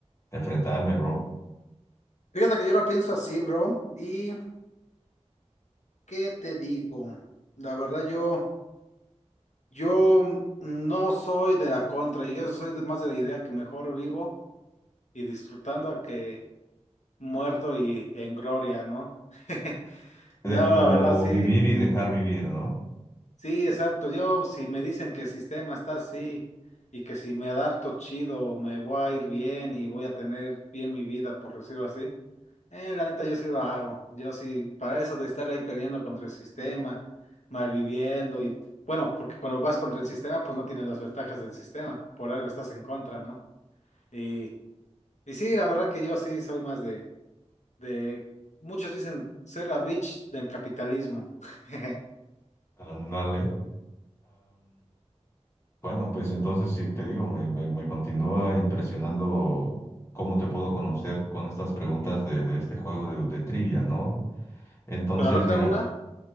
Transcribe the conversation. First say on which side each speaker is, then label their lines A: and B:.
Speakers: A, on the left; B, on the left.
A: enfrentarme, bro.
B: Fíjate que yo lo pienso así, bro. ¿Y qué te digo? La verdad, yo, yo no soy de la contra, yo soy de- más de la idea que mejor vivo y disfrutando que muerto y en gloria, ¿no? <laughs>
A: Eh,
B: Ya
A: como
B: la verdad sí,
A: vivir y dejar vivir, ¿no?
B: Sí, exacto. Yo, si me dicen que el sistema está así y que si me adapto chido, me voy a ir bien y voy a tener bien mi vida, por decirlo así, eh, la neta yo sí lo hago. Yo sí, para eso de estar ahí peleando contra el sistema, malviviendo y bueno, porque cuando vas contra el sistema, pues no tienes las ventajas del sistema, por algo estás en contra, ¿no? Y, y sí, la verdad que yo sí soy más de, de, muchos dicen ser la bitch del capitalismo. <laughs>
A: Ándale. Bueno, pues entonces sí, te digo, me, me, me continúa impresionando cómo te puedo conocer con estas preguntas de, de este juego de, de trivia, ¿no? Entonces,
B: Pero a ver, te
A: mira,
B: hago una.